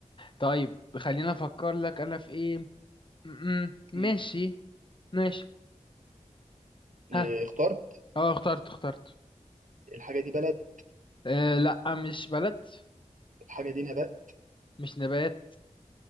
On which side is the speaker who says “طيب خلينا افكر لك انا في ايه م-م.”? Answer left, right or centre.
Left